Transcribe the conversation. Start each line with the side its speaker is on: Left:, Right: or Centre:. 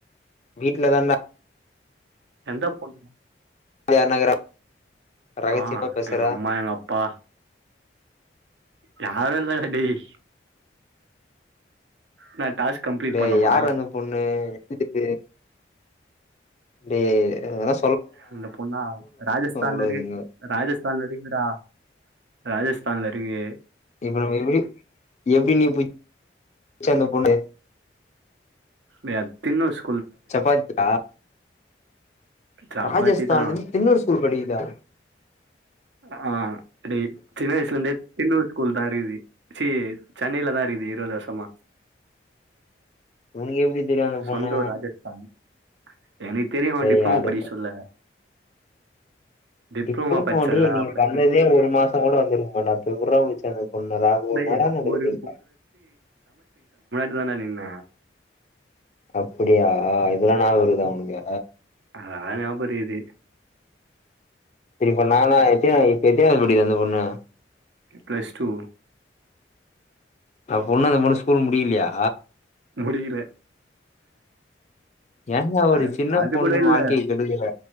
Left: வீட்ல தான்டா
Right: எந்த பொண்ணு
Left: <unintelligible> ரகசியமா
Right: ஆ
Left: பேசுறா
Right: எங்க அம்மா எங்க அப்பா யாரு இல்லடா டேய். நா டாஸ்க் கம்ப்ளீட்
Left: டேய்
Right: பண்ணமா
Left: யார் அந்த பொண்ணு எங்க இருக்கு டேய் அதல்லா
Right: அந்த பொண்ணா ராஜஸ்தான்ல
Left: கூடாது
Right: இருக்கு
Left: இங்க
Right: ராஜஸ்தான்ல இருக்குதுடா. ராஜஸ்தான்ல இருக்கு.
Left: இப்ப நம்ம எப்டி எப்டி நீ போய் ச்சு அந்த பொண்ணு
Right: டேய் அது தின்னுர்ஸ்
Left: சப்பாத்தியா
Right: சப்பாத்தி
Left: ராஜஸ்தான்லர்ந்து
Right: தா
Left: தின்னூர் ஸ்கூல் படிக்கு தா
Right: அ ஆ டேய் சின்ன வயசுல இருந்தே தின்னூர் கூல்தா இருக்கிது சி சென்னையிலதா இருக்குது இருவது வருஷமா.
Left: உனக்கு எப்டி தெரியு அந்த
Right: சொந்த
Left: பொண்ணு
Right: ஊர் ராஜஸ்தான் எனக்கு தெரியு அவ
Left: டேய்
Right: டிப்ளமோ
Left: அது
Right: படிக்க சொல்ல டிப்ளமோ
Left: டிப்ளமோலயே
Right: படிச்சல்ல
Left: நீ
Right: அப்ப
Left: வந்ததே ஒரு மாசோங் கூட வந்துருக்க மாட்ட அப்ப எப்பர்றா புடிச்ச அந்த பொண்ண <unintelligible>
Right: டேய்
Left: என்னடா நடக்குது
Right: ஒரு
Left: இங்க
Right: தான நின்ன
Left: அப்பிடியா இவ்ளோ ஞாபகோ இருக்குதா உனக்கு?
Right: ஆ ஞாபக இருக்குது
Left: செரி இப்ப நானா எத்தினாவது இப்ப எத்தினாவது படிக்குது அந்த பொண்ணு?
Right: ப்ளஸ் டூ
Left: அப்ப இன்னு அந்த பொண்ணு ஸ்கூல் முடியலையா?
Right: முடியல
Left: ஏன்டா ஒரு
Right: அது
Left: சின்ன
Right: அது
Left: பொண்ணு
Right: கூட இல்ல
Left: வாழ்க்கைய கெடுக்குற